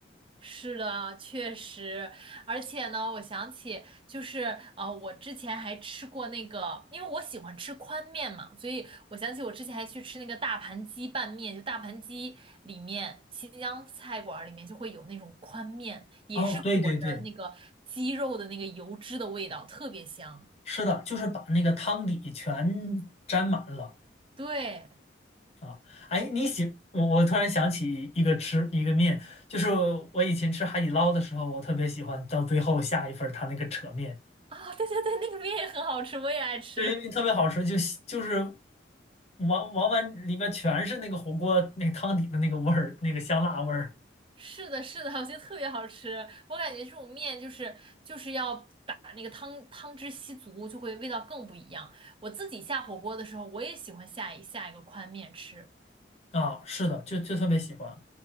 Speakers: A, on the right; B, on the left.
A: 是的，确实，而且呢，我想起就是呃，我之前还吃过那个，因为我喜欢吃宽面嘛，所以我想起我之前还去吃那个大盘鸡拌面，就大盘鸡里面新疆菜馆儿里面就会有那种宽面，也是裹着那个鸡肉的那个油脂的味道，
B: 哦，对对对，
A: 特别香。
B: 是的，就是把那个汤底全沾满了。
A: 对，
B: 啊，哎，你喜我我突然想起一个吃一个面，就是我以前吃海底捞的时候，我特别喜欢到最后下一份儿它那个扯面，
A: 啊、对对对，那个面也很好吃，我也爱吃。
B: 对个特别好吃，就就是往往碗里面全是那个火锅那个汤底的那个味儿，那个香辣味儿
A: 是的，是的，我觉得特别好吃。我感觉这种面就是就是要把那个汤汤汁吸足，就会味道更不一样。我自己下火锅的时候，我也喜欢下一下一个宽面吃。
B: 啊，是的，就就特别喜欢。啊